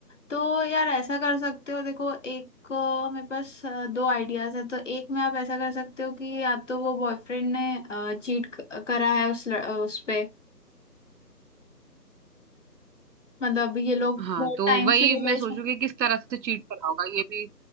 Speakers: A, on the left; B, on the right.
A: तो यार ऐसा कर सकते हो देखो एक अ, मेरे पास अ, दो आइडियाज है तो एक में आप ऐसा कर सकते हो कि या तो वो बॉयफ्रेंड ने चीट करा है उस ल, अ, उस पे मतलब ये लोग
B: हाँ
A: बहुत
B: तो
A: टाइम
B: वही
A: से रिलेशन
B: मैं सोचू कि किस तरह से चीट करा होगा ये भी